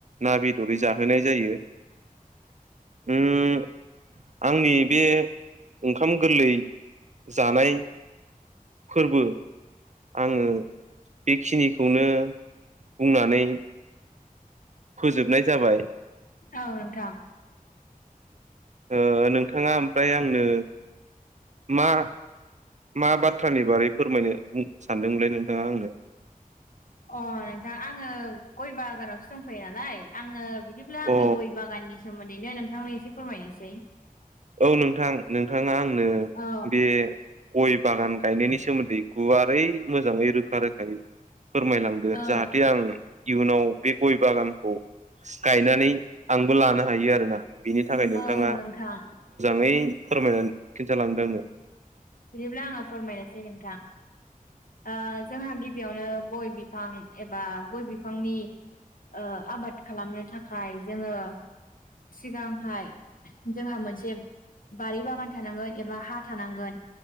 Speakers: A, on the right; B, on the left.
A: ना, बेदर जाहोनाय जायो
B: <inaudible> <unintelligible>
A: ओम आंनि बे ओंखाम गोरलै जानाय फोरबो आङो बेखिनि खौनो बुंनानै फोजोबनाय जाबाय।
B: औ नोथां
A: ओ नोंथाङा ओमफ्राय आंनो मा मा बाथ्रानि बारै फोरमायनो सानदोंमोनलाय नोंथाङा आंनो
B: अ नोंथां आङो गय बागानावसो दंफैयो नालाय आङो बि बिदिब्ला
A: अ
B: आंनि गय बागाननि सोमोन्दैनो नोंथांनो एसे फोरमायनोसै
A: औ नोंथां नोंथाङा आंनो
B: औ
A: बे गय बागान गायनायनि सोमोन्दै गुवारै मोजाङै रोखा रोखायै फोरमायलांदो
B: औ
A: जाहाथे आं इयुनाव बे गय बागानखौ गायनानै आंबो लानो हायो आरोना बिनि थाखाय नोंथाङा
B: औ नोंथां
A: ै फोरमायनानै खिन्थालांदों आंनो
B: बिदिब्ला आङो फोरमायनोसै नोंथां ओ जोंहा गिबियावनो गय बिफां एबा गय बिफांनि ओ आबाद खालामनो थाखाय जोङो सिगांहाय जोंहा मोनसे बारि बागान थानांगोन एबा हा थानांगोन